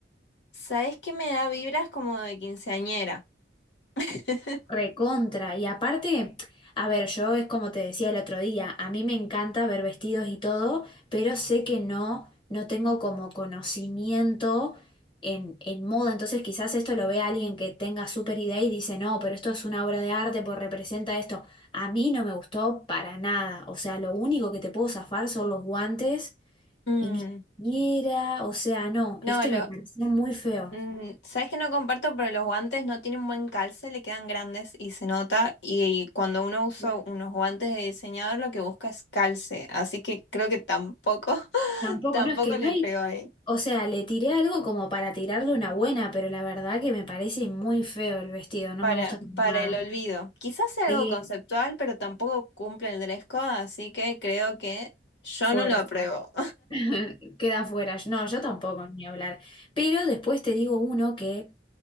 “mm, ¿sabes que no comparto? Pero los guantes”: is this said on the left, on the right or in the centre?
Left